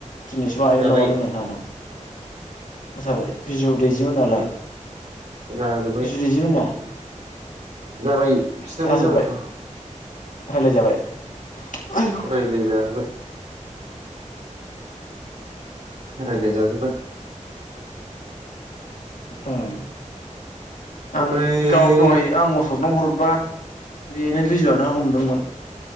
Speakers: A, on the left; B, on the right.
A: दिनैसिम बानायदों
B: जाबाय
A: ना मादों होननाय खोनादों आं ना जाबाय बिजौ दैजिमोन नालाय
B: उम जाजोब्बाय
A: बिजु दैजिमोन ना?
B: जाबाय बिसिनाबो
A: जाजोबबाय
B: जाबायथ'
A: रायलाय जाबाय हा
B: रायलाय जाबाय रायलाय जाजोब <inaudible>
A: उम
B: ओमफ्राय
A: आं गाव दहाय आं मोसौनाव हरबा बेनो बिजुआनो हमदोंमोन।